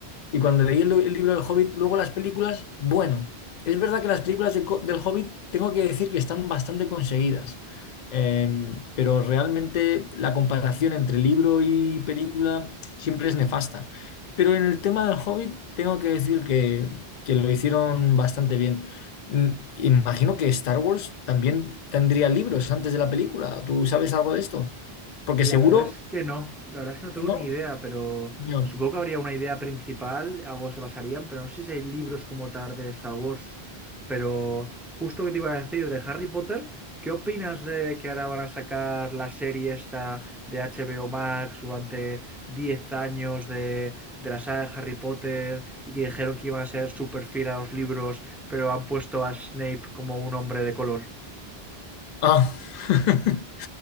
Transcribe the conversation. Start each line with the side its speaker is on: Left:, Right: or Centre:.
Left: y cuando leí el, el libro del Hobbit, luego las películas, bueno, es verdad que las películas de co- del Hobbit tengo que decir que están bastante conseguidas, eh, pero realmente la comparación entre libro y película siempre es nefasta. Pero en el tema del Hobbit tengo que decir que, que lo hicieron bastante bien. Mm, Imagino que Star Wars también tendría libros antes de la película. ¿Tú sabes algo de esto? Porque
Centre: La
Left: seguro,
Centre: verdad es que no, la verdad es que no tengo
Left: ¿no?
Centre: ni idea, pero
Left: No.
Centre: supongo que habría una idea principal, algo se basarían, pero no sé si hay libros como tal de Star Wars. Pero justo que te iba a decir de Harry Potter, ¿qué opinas de que ahora van a sacar la serie esta de HBO Max durante 10 años de, de la saga de Harry Potter y que dijeron que iban a ser súper fiel a los libros, pero han puesto a Snape como un hombre de color?
Left: Ah. <laughs>